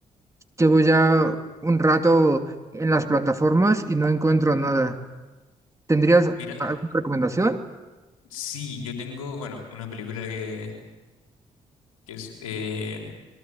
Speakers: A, on the right (about 15°); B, on the left (about 85°).
A: Llevo ya un rato en las plataformas y no encuentro nada. ¿Tendrías
B: Mira,
A: alguna recomendación?
B: sí, yo tengo, bueno, una película que, que es eh,